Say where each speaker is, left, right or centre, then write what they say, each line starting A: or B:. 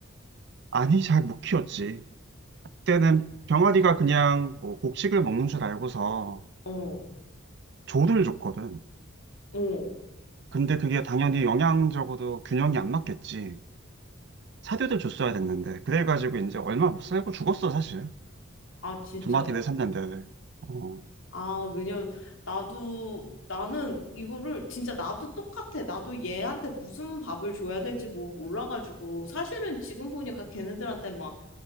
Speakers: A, on the right; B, on the left.
A: 아니, 잘 못 키웠지. 그때는 병아리가 그냥 뭐 곡식을 먹는 줄 알고서
B: 어,
A: 조를 줬거든.
B: 어.
A: 근데 그게 당연히 영양적으로 균형이 안 맞겠지. 사료도 줬어야 됐는데. 그래가지고 이제 얼마 못 살고 죽었어, 사실.
B: 아, 진짜.
A: 두 마리를 샀는데. 어,
B: 아, 왜냐면 나도 나는 이거를 진짜 나도 똑같아. 나도 얘한테 무슨 밥을 줘야 될지 뭐 몰라가지고 사실은 지금 보니까 걔네들한테 막